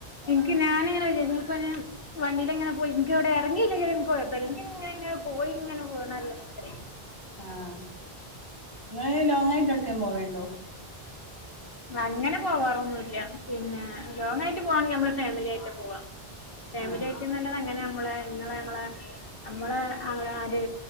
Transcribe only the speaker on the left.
എനിക്ക് ഞാനിങ്ങനെ വിച്ചാരിക്കും ഞ്പ്പ ഞാൻ വണ്ടീലിങ്ങനെ പോയി ഇൻക്കെവിടെ എറങ്ങിയില്ലെങ്കിലും ഇൻക് കൊഴപ്പല്ല ഇൻക്ങ്ങനെ ഇങ്ങനെ പോയി ഇങ്ങനെ പോണം നല്ലസ്റ്റ
അങ്ങനെ പോവാറൊന്നുല്ല പിന്നെ ലോങ്ങായിട്ട് പോവാണെങ്കി നമ്മള് ഫാമിലിആയിട്ട് പോവാ ഫാമിലിആയിട്ടിന്നല്ലത്
അങ്ങനെ അമ്മളെ ഇങ്ങളെ ങ്ങളെ നമ്മളെ ആങ്ങളമാര്